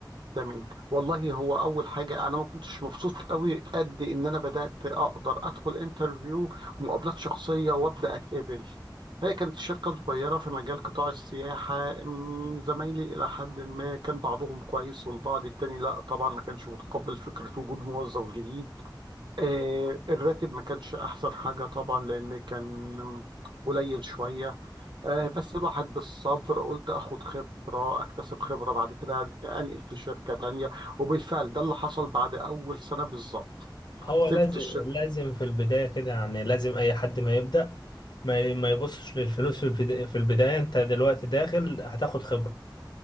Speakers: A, on the right; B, on the left.
A: تمام والله هو اول حاجه انا ما كنتش مبسوط قوي قد ان انا بدات اقدر ادخل انترفيو ومقابلات شخصيه وابدا اتقبل هي كانت شركه صغيره في مجال قطاع السياحه أمم، زمايلي الى حد ما كان بعضهم كويس والبعض التاني لا طبعا ما كانش متقبل فكره وجود موظف جديد آه الراتب ما كانش احسن حاجه طبعا لان كان قليل شويه آه، بس الواحد بالصبر قلت اخد خبرة اكتسب خبرة بعد كده انقل في شركة تانية وبالفعل ده اللي حصل بعد اول سنة بالظبط
B: هو
A: سبت
B: لازم
A: الشركة
B: لازم في البداية كده يعني لازم أي حد ما يبدأ ما ي- ما يبصش للفلوس في البدا- في البداية أنت دلوقتي داخل هتاخد خبرة